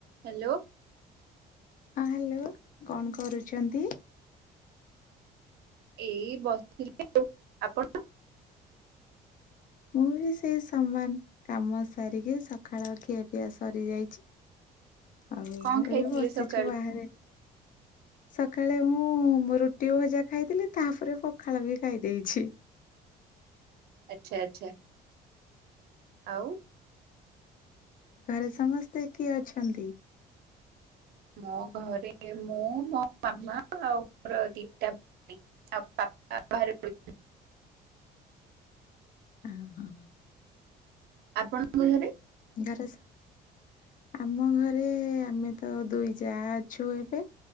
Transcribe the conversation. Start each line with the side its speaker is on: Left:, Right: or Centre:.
Right: Hello
Left: ହଁ hello କଣ କରୁଛନ୍ତି?
Right: ଏଇ ବସିଥିଲି ଆଉ ଆପଣ?
Left: ମୁଁ ବି ସେଇ ସମାନ କାମ ସାରିକି ସକାଳ ଖିଆପିଆ ସରିଯାଇଛି। ଆଉ
Right: କଣ
Left: ଏବେ
Right: ଖାଇଥିଲେ
Left: ବସିଛୁ
Right: ସକାଳେ
Left: ବାହାରେ। ସକାଳେ ମୁଁ ମୋ ରୁଟି ଭଜା ଖାଇଥିଲି ତାପରେ ପଖାଳ ବି ଖାଇଦେଇଛି।
Right: ଆଚ୍ଛା ଆଚ୍ଛା ଆଉ
Left: ଘରେ ସମସ୍ତେ କିଏ ଅଛନ୍ତି?
Right: ମୋ ଘରେ କିଏ ମୁଁ ମୋ ମାମା ଆଉ ମୋର ଦିଟା ଭାଇ ବାପା। <unintelligible>
Left: ହୁଁ ହୁଁ।
Right: ଆପଣଙ୍କ ଘରେ?
Left: ଘରେ ସବୁ ଆମ ଘରେ ଆମେ ତ ଦୁଇ ଯା ଅଛୁ ଏବେ।